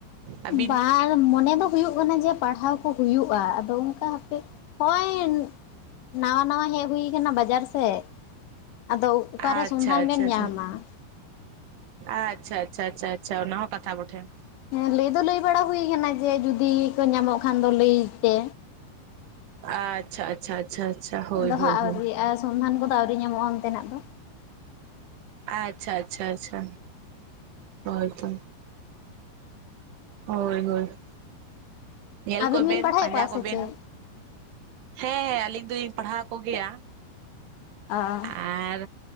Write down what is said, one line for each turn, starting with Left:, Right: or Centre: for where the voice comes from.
Right: ᱟᱹᱵᱤᱱ?
Left: ᱵᱟᱝ ᱢᱚᱱᱮ ᱫᱚ ᱦᱩᱭᱩ-ᱜ ᱠᱟᱱᱟ᱾ ᱡᱮ ᱯᱟᱲᱦᱟᱣ ᱠᱚ ᱦᱩᱭᱩᱜᱼᱟ ᱾ ᱟᱫᱚ ᱚᱱᱠᱟ ᱦᱟᱯᱮ ᱱᱚᱜᱼᱚᱭ ᱱᱟᱣᱟ, ᱱᱟᱣᱟ ᱦᱮᱡ ᱦᱩᱭ ᱠᱟᱱᱟ ᱾ᱵᱟᱡᱟᱨ ᱥᱮᱫ ᱟᱫᱚ ᱚᱠᱟᱨᱮ
Right: ᱟᱪᱪᱷᱟ
Left: ᱥᱚᱱᱫᱷᱟᱱ
Right: ᱟᱪᱪᱷᱟ
Left: ᱵᱮᱱ
Right: ᱟᱪᱪᱷᱟ
Left: ᱧᱟᱢᱟ ᱾
Right: ᱟᱪᱪᱷᱟ ᱟᱪᱪᱷᱟ ᱟᱪᱪᱷᱟ ᱟᱪᱪᱷᱟ ᱚᱱᱟ ᱦᱚᱸ ᱠᱟᱛᱷᱟ ᱵᱚᱴᱷᱮ ᱾
Left: ᱦᱮᱸ ᱞᱟᱹᱭ ᱫᱚ ᱞᱟᱹᱭ ᱵᱟᱲᱟ ᱦᱩᱭᱩ ᱠᱟᱱᱟ᱾ ᱡᱮ ᱡᱩᱫᱤ ᱠᱚ ᱧᱟᱢᱚᱜ ᱠᱷᱟᱱ ᱫᱚ ᱞᱟᱹᱭᱯᱮ᱾
Right: ᱟᱪᱪᱷᱟ, ᱟᱪᱪᱷᱟ, ᱟᱪᱪᱷᱟ, ᱟᱪᱪᱷᱟ- ᱦᱳᱭ,
Left: ᱟᱫᱚ
Right: ᱦᱳᱭ,
Left: ᱦᱟᱸᱜ
Right: ᱦᱳᱭ᱾
Left: ᱟᱹᱣᱨᱤᱭᱟᱜᱼᱟ ᱥᱚᱱᱫᱷᱟᱱ ᱠᱚᱫᱚ ᱟᱹᱣᱨᱤ ᱧᱟᱢᱚᱜ-ᱟ ᱚᱱᱛᱮᱱᱟᱜ ᱫᱚ ᱾
Right: ᱟᱪᱪᱷᱟ, ᱟᱪᱪᱷᱟ, ᱟᱪᱪᱷᱟ ᱦᱳᱭ ᱛᱚ ᱦᱳᱭ ᱦᱳᱭ ᱧᱮᱞ
Left: ᱟᱹᱵᱤᱱ
Right: ᱠᱚᱵᱮᱱ
Left: ᱵᱤᱱ ᱯᱟᱲᱦᱟᱣᱮᱫ
Right: ᱯᱟᱸᱡᱟ
Left: ᱠᱚᱣᱟ ᱥᱮ
Right: ᱠᱚᱵᱮᱱ᱾
Left: ᱪᱮᱫ
Right: ᱦᱮᱸ ᱟᱹᱞᱤᱧ ᱫᱚᱞᱤᱧ ᱯᱟᱲᱦᱟᱣ ᱠᱚᱜᱮᱭ-ᱟ᱾
Left: ᱚ
Right: ᱟᱨ